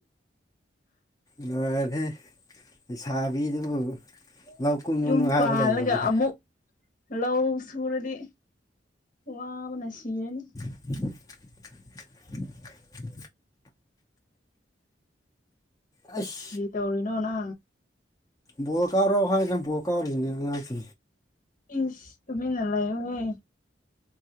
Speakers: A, on the left; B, on the left.
A: ꯂꯣꯏꯔꯔꯦ ꯂꯩꯩꯁꯥꯕꯤꯗꯨꯕꯨ ꯂꯧ ꯀꯨꯝꯒꯅꯨ
B: ꯌꯨꯝ
A: ꯍꯥꯏꯕ
B: ꯄꯥꯜꯂꯒ
A: ꯂꯩꯕ꯭ꯔꯣꯅꯦ
B: ꯑꯃꯨꯛ ꯂꯧ ꯁꯨꯔꯗꯤ ꯋꯥꯕꯅ ꯁꯤꯔꯅꯤ
A: <unintelligible> ꯑꯁ
B: ꯇꯧꯔꯤꯅꯣꯅ
A: ꯕꯣꯔ ꯀꯥꯎꯔꯣꯚꯥꯏꯗ ꯕꯣꯔ ꯀꯥꯎꯔꯤꯅꯦ ꯑꯉꯥꯡꯁꯤ
B: ꯏꯁ ꯇꯨꯃꯤ ꯅꯂꯥꯏꯣꯍꯦ